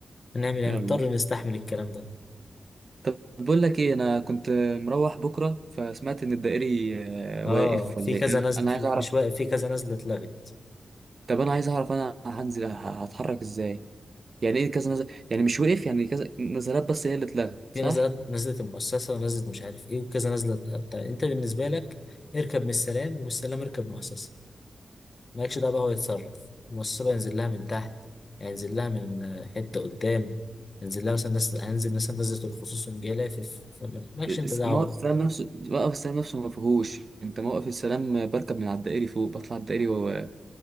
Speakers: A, on the left (about 50°); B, on the right (about 55°).
A: هنعمل يعني
B: يلا
A: نضطر نستحمل الكلام ده
B: طب بقول لك إيه أنا كنت مروح بكرة فسمعت إن الدائري
A: آه
B: آه، واقف
A: في
B: ولا
A: كذا
B: إيه أنا
A: نزلة
B: أنا عايز
A: لأ،
B: أعرف
A: مش واقف في كذا نزلة اتلغت
B: طب أنا عايز أعرف أنا هنزل ه- هتحرك إزاي يعني إيه كذا نزل يعني مش وقف يعني كذا نزلات بس هي اللي اتلغت
A: في
B: صح؟
A: نزلات نزلة المؤسسة ونزلة مش عارف ايه وكذا نزلة بتاع انت بالنسبة لك اركب من السلام ومن السلام اركب مؤسسة مالكش دعوة بقى هو يتصرف المؤسسة بقى ينزل لها من تحت يعني ينزل لها من آه، حتة قدام ينزل لها مثلا نزلة هنزل مثلا نزلة الخصوص يوم جاي لافف فمالكش
B: الس-
A: انت دعوة
B: موقف
A: بقى
B: السلام نفسه موقف السلام نفسه ما فيهوش انت موقف السلام بركب من على الدائري فوق بطلع الدائري و-